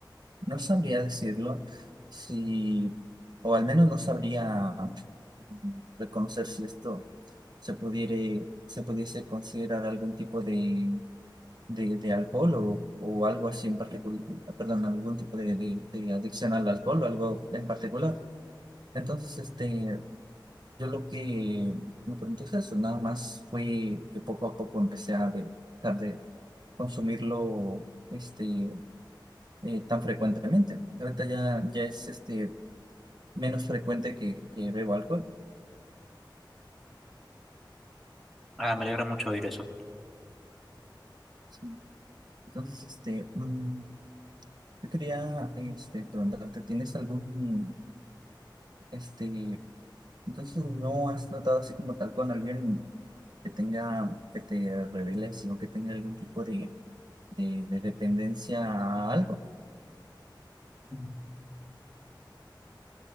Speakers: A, on the right (about 55°); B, in the centre.
A: no sabría decirlo si, o al menos no sabría mm, reconocer si esto se pudiere, se pudiese considerar algún tipo de, de, de alcohol o, o algo así en particular, perdón, algún tipo de, de de adicción al alcohol o algo en particular. Entonces, este, yo lo que me pregunto es eso, nada más fue que poco a poco empecé a de- dejar de consumirlo este, eh, tan frecuentemente. Ahorita ya, ya es este, menos frecuente que, que bebo alcohol.
B: Ah, me alegra mucho oír eso.
A: Sí. Entonces, este, mm, yo quería este, preguntarte, ¿tienes algún, este, entonces no has tratado así como tal con alguien que tenga, que te revele, sino que tenga algún tipo de, de, de dependencia a algo?
B: Mm.